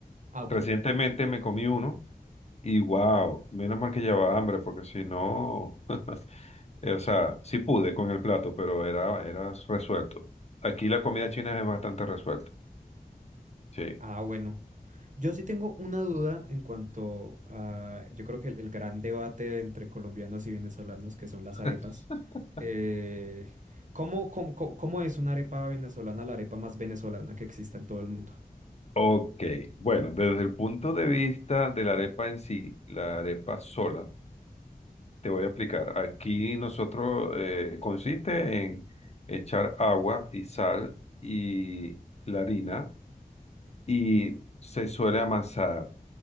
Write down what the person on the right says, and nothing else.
Ah, ok.
Ah, bueno. Yo sí tengo una duda en cuanto a, yo creo que el, el gran debate entre colombianos y venezolanos, que son las
arepas. Eh, ¿cómo, cómo, cómo- cómo es una arepa venezolana, la arepa más venezolana que exista en todo el mundo?